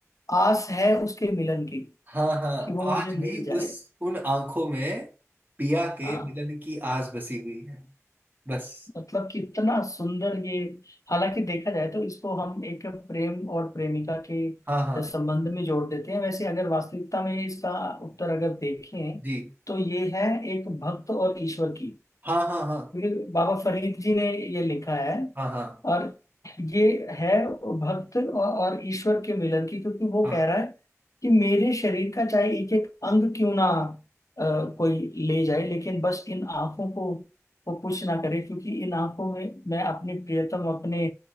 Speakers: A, on the left (about 85°); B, on the right (about 35°).
A: आस है उसके मिलन की
B: हाँ हाँ, हाँ।
A: कि वो मुझे
B: आज
A: मिल
B: भी
A: जाए
B: उस उन आंखों में पिया के
A: हाँ
B: मिलन की आस बसी हुई है बस
A: मतलब कितना सुंदर ये हालांकि देखा जाए तो इसको हम एक प्रेम और प्रेमिका के
B: हाँ हाँ
A: संबंध में जोड़ देते हैं वैसे अगर वास्तविकता में इसका उत्तर अगर देखें
B: जी
A: तो ये है एक भक्त और ईश्वर की
B: हाँ हाँ हाँ
A: क्योंकि बाबा फरीद जी ने ये लिखा है
B: हाँ हाँ
A: और ये है भक्त और, और ईश्वर के मिलन की क्योंकि वो
B: हाँ
A: कह रहा है कि मेरे शरीर का चाहे एक एक अंग क्यों ना अ, कोई ले जाए लेकिन बस इन आंखों को वो कुछ ना करे क्योंकि इन आंखों में मैं अपने प्रियतम अपने